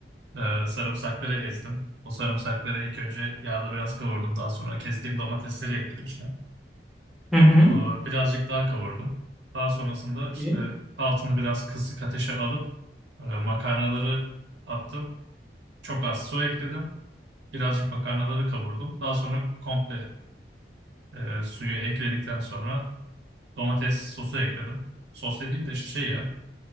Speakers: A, on the right; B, in the centre.
A: e, sarımsakları ezdim. O sarımsakları ilk önce yağda biraz kavurdum. Daha sonra kestiğim domatesleri ekledim içine.
B: Hı hı.
A: Ee, Birazcık daha kavurdum. Daha sonrasında işte
B: İyi.
A: altını biraz kısık ateşe alıp e, makarnaları attım. Çok az su ekledim. Birazcık makarnaları kavurdum. Daha sonra komple e, suyu ekledikten sonra domates sosu ekledim. Sos dediğim de işte şey ya